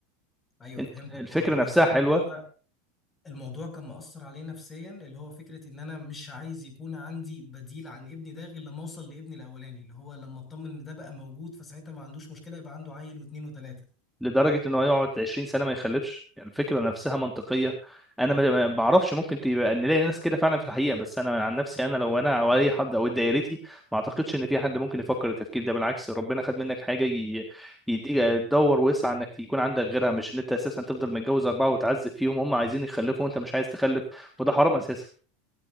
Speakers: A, on the left; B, in the centre.
A: أيوه
B: انت-
A: فهمتك
B: الفكره
A: هو هو
B: نفسها
A: الفكرة
B: حلوه
A: إن هو الموضوع كان مأثر عليه نفسيا اللي هو فكرة إن أنا مش عايز يكون عندي بديل عن ابني ده غير لما أوصل لابني الأولاني اللي هو لما أطمن إن ده بقى موجود فساعتها ما عندوش مشكلة يبقى عنده عيل واتنين وتلاتة
B: لدرجه ان هو يقعد 20 سنه ما يخلفش يعني الفكره نفسها منطقيه انا ما ما بعرفش ممكن تبقى نلاقي ناس كده فعلا في الحقيقه بس انا عن نفسي انا لو انا او اي حد او دايرتي ما اعتقدش ان في حد ممكن يفكر التفكير ده بالعكس ربنا خد منك حاجه ي- يديك تدور وسع انك يكون عندك غيرها مش ان انت اساسا تفضل متجوز اربعه وتعذب فيهم هم عايزين يخلفوا وانت مش عايز تخلف وده حرام اساسا